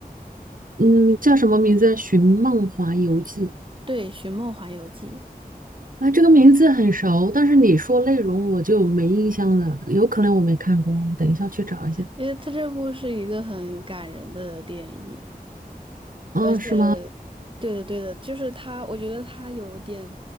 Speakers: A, on the right; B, on the right.
A: 嗯，叫什么名字？《寻梦环游记》
B: 对，《寻梦环游记》，
A: 啊，这个名字很熟，但是你说内容我就没印象了，有可能我没看过，等一下去找一下。
B: 因为它这部是一个很感人的电影。
A: 啊，
B: 而且，
A: 是吗？
B: 对的，对的，就是他，我觉得他有点